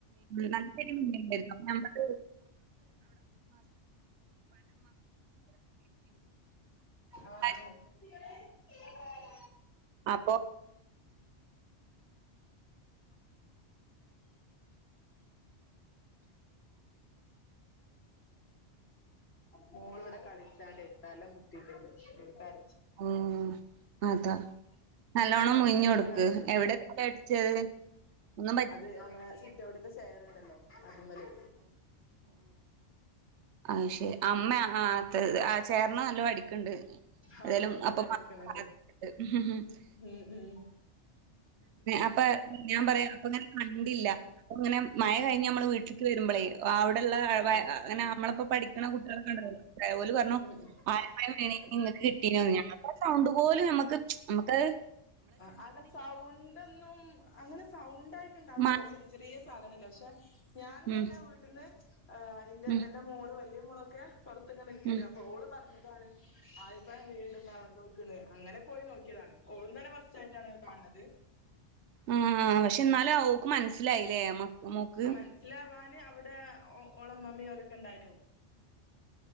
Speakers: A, on the right (about 70°); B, on the left (about 60°).
A: നല്ലൊരു
B: ആഹ്
A: <unintelligible>
B: ആഹ്
A: അപ്പൊ
B: മോള് ഇവടെ കളിച്ചാണ്ടെ തലമുട്ടീട്ട്ണ്ട് ഉം കര
A: ആ അതാ നല്ലോണം
B: അവിടെ അടിച്ചോളാം
A: മുയിഞ്ഞൊട്ക്ക്
B: അവിടെ അടിച്ചോ
A: എവിടെ തല അടിച്ചെ ഒന്നും പ
B: ഇത് അതെ സിറ്റൗട്ട്ത്തെ ചെയറ്ണ്ടല്ലോ അതിമെല്
A: ആഹ് ശെരി അമ്മ ആത്തെ ആത് ചേരണം നല്ല പടിക്ക്ണ്ട്
B: ആ
A: ഏതാലും
B: അവിടെ
A: അപ്പം
B: അടിക്കണണ്ട്
A: <unintelligible>
B: ഉം ഉം
A: അപ്പ ഞാ പറയാം അപ്പ ഇങ്ങനെ കണ്ടില്ല അങ്ങനെ മയ കഴിഞ്ഞ് അമ്മള് വീട്ടിക്ക് വരുമ്പളേ ആഹ്- <unintelligible>
B: ആ
A: ഇപ്പ പഠിക്കണ കുട്ടികളെ കണ്ടഞ്ഞ ഓല് പറഞ്ഞു
B: ഉം
A: <unintelligible>
B: ഉം
A: <unintelligible> നമ്മക് അഹ്
B: ആഹ് അല്ല സൗണ്ടൊന്നും അങ്ങനെ സൗണ്ടായിട്ടുണ്ടാവിലല്ലോ
A: മ
B: ചെറ്യ ചെറ്യ സാധനല്ലേ ക്ഷെ ഞാനും
A: ഉം
B: തന്നെ വീട്ടിന്ന് ആഹ് ഇന്റെ
A: ഉം
B: എന്റെ മോള് വല്യ- പൊളൊക്കെ പൊറത്ത്ങ്ങനെ നിക്കേനു
A: ഉം
B: അപ്പൊ ഓള് പറഞ്ഞ്- ന്താണ് ആലിപ്പഴം വീണ്ടുന്ന വന്നോക്ക്ണ് അങ്ങനെ പോയി നോക്കിയതാണ് ഓളും തന്നെ ഫസ്- ച്ചായിട്ടാണ് ഹ് കാണ് ണത്
A: ആഹ് ആഹ് ആഹ് പക്ഷെ എന്നാലും അവ ഓക്ക് മനസ്സിലായില്ലേ മക്ക് മോക്ക്
B: മനസ്സിലാവാന് അവിടെ ഓളമ്മമിം ഓലൊക്കെ ഇണ്ടായിനു